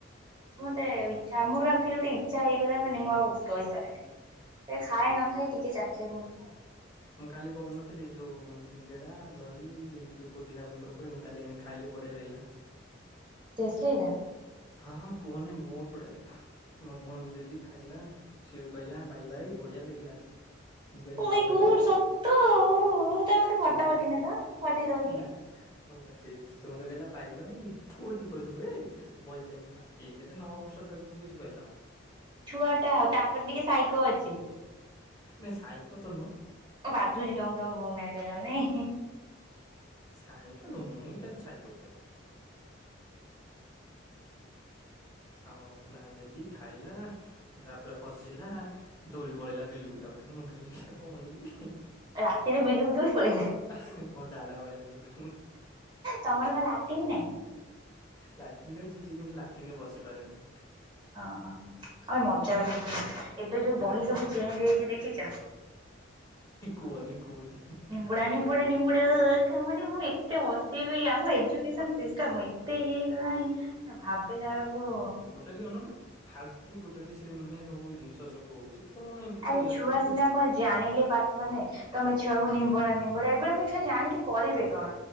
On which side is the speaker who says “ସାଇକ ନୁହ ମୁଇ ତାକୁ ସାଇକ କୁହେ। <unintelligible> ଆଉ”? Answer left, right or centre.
Left